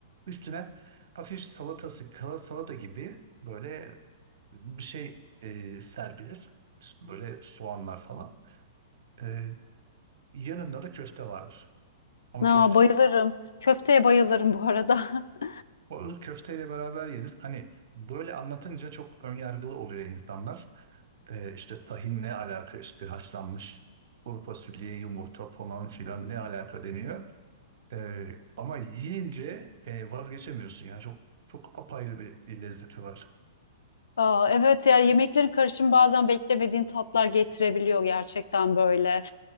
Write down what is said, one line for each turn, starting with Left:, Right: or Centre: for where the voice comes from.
Right: Üstüne hafif salatası, kara salata gibi böyle bir şey e, serpilir. Böyle soğanlar falan. Ee, yanında da köfte vardır. Ama
Left: Aa,
Right: köfte
Left: bayılırım. Köfteye bayılırım bu arada. <laughs>
Right: O ılık köfteyle beraber yenir. Hani böyle anlatınca çok önyargılı oluyor insanlar. Ee, işte tahin ne alaka işte haşlanmış kuru fasulye, yumurta falan filan ne alaka deniyor. Ee, ama yiyince e, vazgeçemiyorsun yani çok çok apayrı bir, bir lezzeti var.
Left: Aa, evet yani yemeklerin karışımı bazen beklemediğin tatlar getirebiliyor gerçekten böyle. Ee,